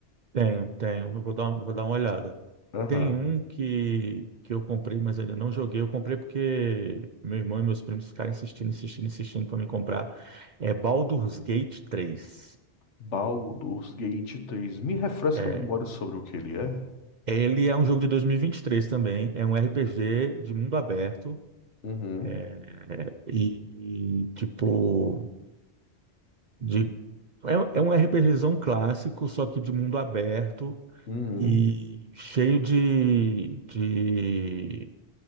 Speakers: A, on the right (about 50°); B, on the left (about 75°).
A: Tenho, tenho. Eu vou dar uma, vou dar uma olhada.
B: Aham.
A: Tem um que, que eu comprei, mas ainda não joguei. Eu comprei porque meu irmão e meus primos ficaram insistindo, insistindo, insistindo para me comprar. É Baldur's Gate três
B: Baldur's Gate 3. Me refresca
A: É.
B: a memória sobre o que ele é.
A: Ele é um jogo de dois mil e e vinte e três também. É um RPG de mundo aberto.
B: Uhum.
A: É, E, e, tipo, de, é, é um RPGzão clássico, só que de mundo aberto
B: Uhum.
A: e cheio de, de,